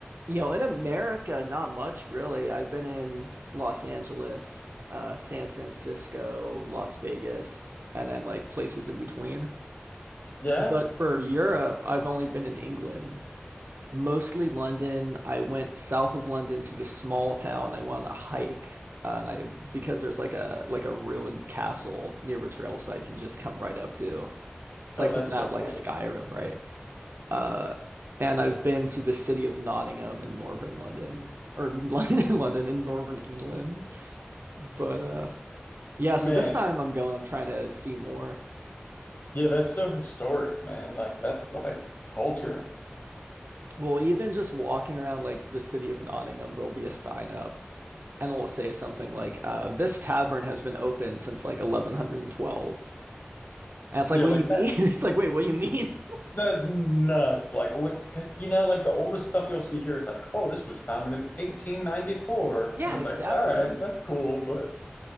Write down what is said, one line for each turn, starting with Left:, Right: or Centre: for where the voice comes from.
Right: you know, in America, not much really. I've been in Los Angeles, uh, San Francisco, Las Vegas, and then like places in between.
Left: Yeah?
Right: But for Europe, I've only been in England, mostly London. I went south of London to this small town. I went on a hike, uh, and I because there's like a like a ruined castle near a trail site you can just come right up to. It's
Left: Oh,
Right: like something
Left: that's
Right: out
Left: so
Right: of
Left: cool.
Right: like Skyrim, right? Uh, and I've been to the city of Nottingham in northern London, or <laughs> London, London in northern England. But uh, yeah, so
Left: Man,
Right: this time I'm going, I'm trying to see more.
Left: yeah, that's so historic, man. Like that's like culture.
Right: Well, even just walking around like the city of Nottingham, there'll be a sign up and it'll say something like, uh, this tavern has been open since like 1112. And it's
Left: Yeah,
Right: like, what
Left: like
Right: do you
Left: that
Right: mean? <laughs> It's like, wait, what do you mean? <laughs>
Left: that's nuts. Like when because you know, like the oldest stuff you'll see here, it's like, oh, this was founded in 1894.
Right: Yeah,
Left: And it's
Right: exactly.
Left: like, all right, that's cool, but